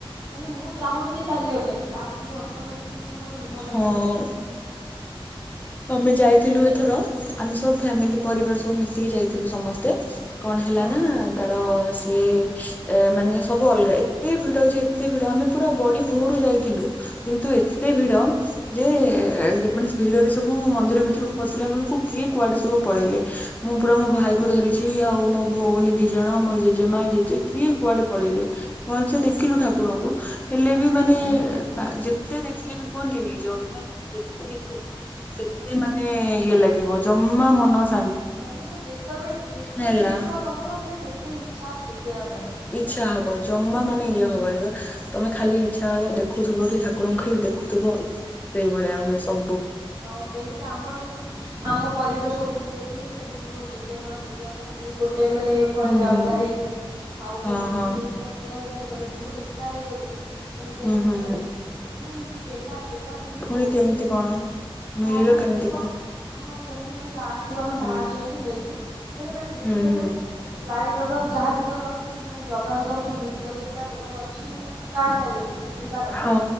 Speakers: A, on the right; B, on the left.
A: ମାନେ ମୁଁ ଚାହୁଁନି ଯେ କାନ୍ଦିବା ପାଇଁ ହେଲେ ଆଖିରୁ ଅଟୋମେଟିକ ମାନେ ମୋର ଲୁହ ମାନେ
B: ହଉ।
A: ପଳେଇ
B: ଆମେ ଯାଇଥିଲୁ
A: ଆସୁ।
B: ଏଥର ଆମେ ସବୁ ଫ୍ୟାମିଲି
A: ହଁ
B: ପରିବାର ସବୁ ମିଶିକି ଯାଇଥିଲୁ ସମସ୍ତେ କଣ ହେଲା
A: ହଁ
B: ନା ତାର ସିଏ ମାନେ ସବୁ ଅଲଗା ଏତେ ଭିଡ ଯେ ଏତେ ଭିଡ ଆମେ ପୁରା ବଡି ଭୋରୁ ଯାଇଥିଲୁ। କିନ୍ତୁ ଏତେ ଭିଡ ଯେ ମାନେ ଭିଡ ମନ୍ଦିର ଭିତକୁ ପଶିଲା ବେଳକୁ କିଏ କୁଆଡେ ସବୁ ପଳେଇଲେ ମୁଁ ପୁରା ମୋ ଭାଇକୁ ଧରିଛି ଆଉ ମୋ ଭଉଣୀ ଦି ଜଣ ମୋ ଜେଜେ ମା ଜେଜେ କିଏ କୁଆଡେ ପଳେଇଲେ ଭଲସେ ଦେଖିଲୁ ଠାକୁରଙ୍କୁ। ହେଲେ ବି ମାନେ ତା ଯେତେ ଦେଖିଲେ ବି କୁହନ୍ତିନି ଜଗାକୁ ଯେ ଦେଖିଲେବି ସେତେ ମାନେ ଇଏ ଲାଗିବ ଜମା ମନସ
A: ମାନେଲେ ତ ଯେତେବେଳେ ଯେତେ
B: ହେଲା
A: ବି ଦେଖ ତମର ମାନେ ସେତେ ଇଛା ହବ ଦେଖିବା ପାଇଁ।
B: ଇଛା ହବ ଜମା ମାନେ ଇଏ ହବନି ବା ତମେ ଖାଲି ଇଛା ହବ ଦେଖୁଥିବ କି ଠାକୁରଙ୍କୁ ଦେଖୁଥିବ ସେଇଭଳିଆ ହୁଏ ସ
A: ହଁ ସେମିତି ଆମର ସବୁ ଆମ ପରିବାର ସବୁ ମିଶ ଯାଇଥିଲେ ସେମିତି ଜେଜେମା ଜେଜେବାପା ସିଏ ଗୋଟେ ମାନେ ପଳେଇଲେ
B: ହୁଁ
A: ଅଲଗା
B: ହୁଁ।
A: ହେଇକି। ଆଉ
B: ହଁ
A: ମୋ ଦିଦି
B: ହଁ
A: ଏଇଟା କିି ଅଲଗା ହେଇଗଲେ ମୁଁ ଏକା ହେଇଗଲି ମାନେ ସେମିତି
B: ହୁଁ ହୁଁ
A: ମାନେ
B: ହୁଁ
A: ମାନେ ଏମିତି ଠେଲା ପେଲା ସବୁ ଯୋଉ
B: ପୁଣି
A: ହଉଛନ୍ତି
B: କେମିତି କଣ?
A: ହଁ
B: ମିଳିଲ
A: ମାନେ
B: କେମିତି
A: ମାନେ କଣ ହଁ ସେମତି ମାନେ ଲାଷ୍ଟ କୁ ଆମେ ବାହାର
B: ହୁଁ
A: ଯାଇକି ମିଳୁ ହେଲେ ମାନେ ଯେତେ
B: ହୁଁ ହୁଁ
A: ମାନେ ଲାଇନ୍ ଲଗାାଉ ଯାହାବ କର ସେ ମାନେ ଜଗାଙ୍କର ଯେଉଁ ଭିତର ଯେଉଁଟା ମାନେ ଅଛି ମାନେ ଯାଆନ୍ତାମ। ଯ ଯିବା କଥା
B: ହଁ